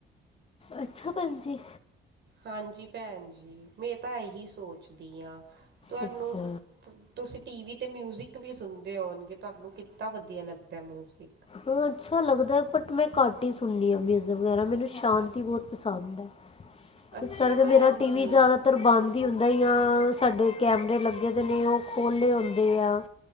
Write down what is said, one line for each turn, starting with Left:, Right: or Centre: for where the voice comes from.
Left: ਅੱਛਾ ਭੈਜੀ
Right: ਹਾਂਜੀ ਭੈਣ ਜੀ ਮੈਂ ਤਾਂ ਇਹੀ ਸੋਚਦੀ ਹਾਂ ਤੁਹਾਨੂੰ
Left: ਅੱਛਾ
Right: ਤੁਸੀਂ ਟੀ ਵੀ ਤੇ ਮਿਊਜਿਕ ਵੀ ਸੁਣਦੇ ਹੋਣਗੇ ਤੁਹਾਨੂੰ ਕਿੱਦਾ ਵਧੀਆ ਲੱਗਦਾ ਮਿਊਜਿਕ
Left: ਹਾਂ ਅੱਛਾ ਲੱਗਦਾ ਹੈ ਬਟ ਮੈਂ ਘੱਟ ਹੀ ਸੁਣਦੀ ਹਾਂ ਮਿਊਜ਼ ਵਗੈਰਾ ਮੈਨੂੰ ਸ਼ਾਂਤੀ ਬੋਤ ਪਸੰਦ ਹੈ
Right: ਅੱਛਾ
Left: ਇਸ ਕਰਕੇ
Right: ਭੈਣ
Left: ਮੇਰਾ ਟੀ
Right: ਜੀ
Left: ਵੀ ਜ਼ਿਆਦਾ ਤਰ ਬੰਦ ਹੀ ਹੁੰਦਾ ਆ ਸਾਡੇ ਕੈਮਰੇ ਲੱਗੇ ਦੇ ਨੇ ਉਹ ਖੋਲੇ ਹੁੰਦੇ ਆ